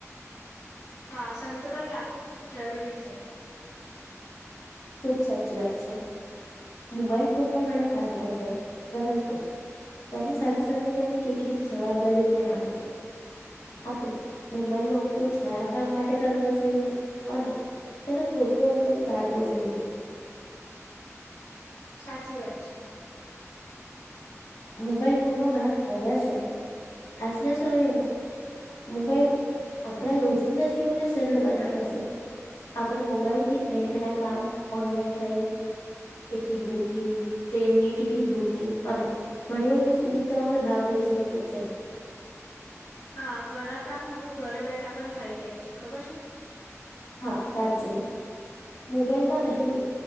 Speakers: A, on the left; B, on the left.
A: હા, સંતુલન રાખવું ખૂબ જરૂરી છે.
B: ખુબ સાચી વાત છે, મોબાઈલ ફોનના ઘણા ફાયદા છે પરંતુ તેની સાથે-સાથે તેની કેટલીક જવાબદારીઓ પણ આવે છે. આપણે મોબાઈલનો ઉપયોગ સારા કામ માટે કરવો જોઈએ, અને તેનો ખોટો ઉપયોગ ટાળવો જોઈએ.
A: સાચી વાત છે.
B: મોબાઈલ ફોનના ઘણા ફાયદા છે, આજના સમયમાં મોબાઈલ આપણા રોજિંદા જીવનને સરળ બનાવે છે, આપણે મોબાઈલથી બેંકના કામ ઓનલાઈન ખરીદી ટિકિટ બુકિંગ, ટ્રેનની ટિકિટ બુકિંગ અને ઘણી બધી સુવિધાઓનો લાભ લઇ શકીએ છીએ.
A: હા, ઘણા કામ હવે ઘરે બેઠા પણ થઇ જાય છે ખબર છે?
B: હા, સાચું છે મોબાઈલમાં રહેલી